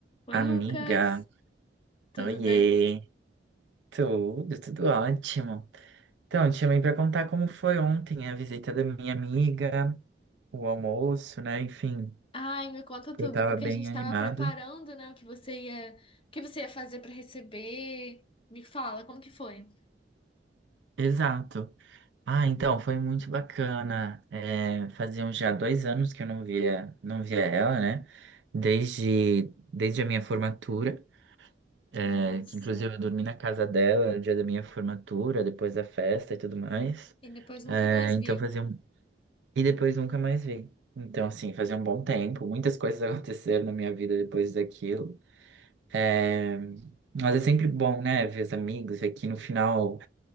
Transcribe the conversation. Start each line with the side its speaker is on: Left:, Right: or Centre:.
Left: Oi,
Right: Amiga,
Left: Lucas, tudo
Right: oiê,
Left: bem?
Right: tudo, tudo ótimo. Então, te chamei para contar como foi ontem a visita da minha amiga, o almoço, né? Enfim,
Left: Ai, me conta tudo,
Right: eu tava
Left: porque
Right: bem
Left: a gente estava
Right: animado.
Left: preparando, né, o que você ia, o que você ia fazer para receber. Me fala, como que foi?
Right: Exato. Ah, então, foi muito bacana. É, faziam já dois anos que eu não via, não via ela, né? Desde, desde a minha formatura, é,
Left: Nossa,
Right: que inclusive eu dormi na casa dela no dia da minha formatura, depois da festa e tudo mais.
Left: e depois nunca
Right: É,
Left: mais
Right: então
Left: viu.
Right: fazia E depois nunca mais vi. Então, assim, fazia um bom tempo, muitas coisas <laughs> aconteceram na minha vida depois daquilo. É, Mas é sempre bom, né, ver os amigos, ver que no final,